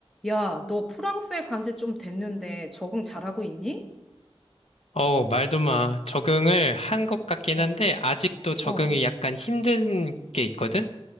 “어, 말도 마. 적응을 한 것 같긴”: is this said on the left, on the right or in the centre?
Left